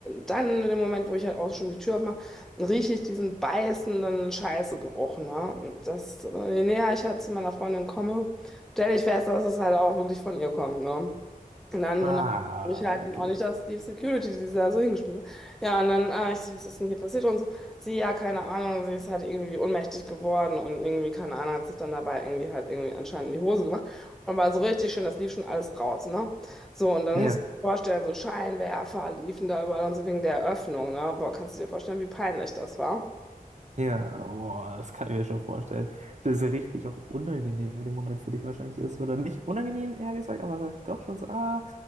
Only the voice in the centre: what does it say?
dann in dem Moment, wo ich halt auch schon die Tür aufmache, rieche ich diesen beißenden Scheißegeruch. Ne? Und das, äh, je näher ich halt zu meiner Freundin komme, stelle ich fest, dass es halt auch wirklich von ihr kommt. Ne? Und dann
wundert mich halt
auch nicht, dass die Security, die da so hingeschmissen hat. Ja, und dann, ah, ich, so, was ist denn hier passiert und so. Sie, ja, keine Ahnung, sie ist halt irgendwie ohnmächtig geworden und irgendwie, keine Ahnung, hat sich dann dabei irgendwie halt irgendwie anscheinend in die Hose gemacht und war so richtig schön, das lief schon alles raus, ne? So, und dann
musst du dir vorstellen, so Scheinwerfer liefen da überall und so wegen der Eröffnung, ne? Boah, kannst du dir vorstellen, wie peinlich das war?